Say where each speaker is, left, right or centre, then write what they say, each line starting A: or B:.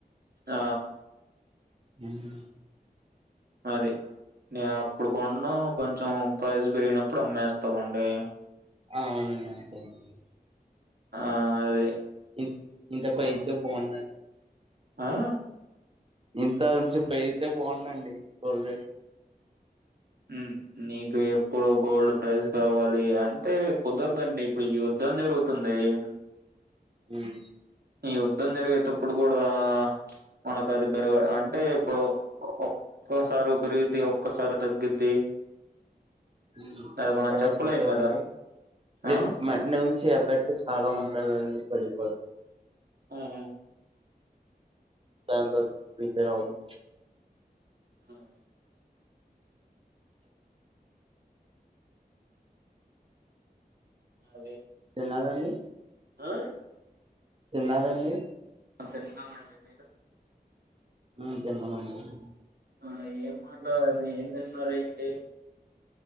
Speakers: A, on the right; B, on the right.
A: ఆ
B: ఇల్లు
A: అది నేను అప్పుడు కొన్న కొంచెం ప్రైజ్ బేరిగినం ఇప్పుడు అమ్మేస్తామండే
B: ఆ, అవునండి అంతే అండి.
A: ఆ అదే
B: ఇ ఇంత పైదా బావుందాన్
A: ఆఅ
B: ఇంత ఉంచి పెయితే బావుడండి. టోల్ గెట్
A: హు నీకు ఎప్పుడు గోల్డ్ ప్రైజ్ కావాలి అంటే కుదరదండి. ఇప్పుడు యూత్ యుద్ధం జరుగుతుంది ఏయాన్
B: హుహ్
A: ఈ యుద్ధం జరిగేటప్పుడు కూడా మనకు అది బేర్గర్ అంటే ఇప్పుడు ఒక్కోసారి ఒగ్రీది ఒక్కోసారి తగ్గిద్ది
B: హు
A: అది మనం
B: ఏవై
A: చెప్పలేం
B: సూటవండి
A: కదా
B: గ్రిస్
A: ఆ
B: మేడవుచి ఎఫెక్ట్ చాలా ఉంటదండి పడిపోద్
A: ఆ యావ్
B: దాని కోసం పీకారవకు
A: హుమ్ అదే
B: తినాలండి
A: అహ్
B: తిన్నారండి
A: ఆ తిన్నమండి. మీరు
B: హు తిన్నామండి అది
A: ఆ ఏం మాట్లాడ్ అది ఏం తిన్నారేంటి